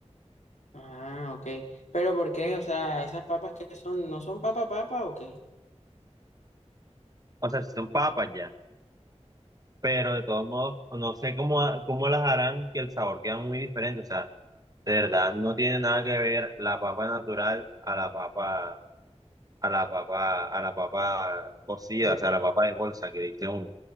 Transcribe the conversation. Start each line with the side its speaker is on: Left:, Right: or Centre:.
Left: Ah, ok. Pero ¿por qué? O sea, esas papas que son, ¿no son papa papa o qué?
Right: O sea, si son papas ya. pero de todos modos, no sé cómo, ha- cómo las harán, que el sabor queda muy diferente. O sea, de verdad, no tiene nada que ver la papa natural a la papa, a la papa, a la papa cocida,
Left: Pero,
Right: o sea, a la papa de bolsa que dice uno.